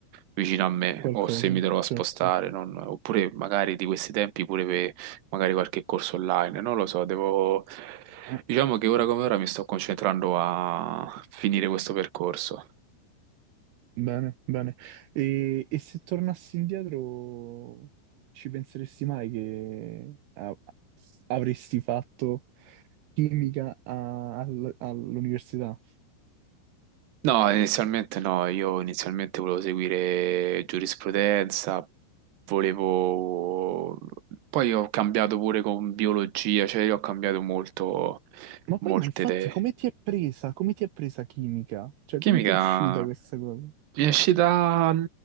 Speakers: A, on the right; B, on the right.
A: vicino a me
B: Qualcosa,
A: o se mi dovrò
B: certo.
A: spostare. non- Oppure magari di questi tempi pure per magari qualche corso online. Non lo so, devo.
B: Eh,
A: Diciamo che ora come ora mi sto concentrando a finire questo percorso.
B: Bene, bene. E, e se tornassi indietro, ci penseresti mai che a- avresti fatto chimica a- al- all'università.
A: No, inizialmente no, io inizialmente volevo seguire giurisprudenza, volevo... Poi ho cambiato pure con biologia, cioè io ho cambiato molto,
B: Ma
A: molte
B: poi, ma infatti,
A: idee.
B: come ti è presa? Come ti è presa chimica? Cioè,
A: Chimica
B: come ti è uscita questa cosa?
A: Esci dal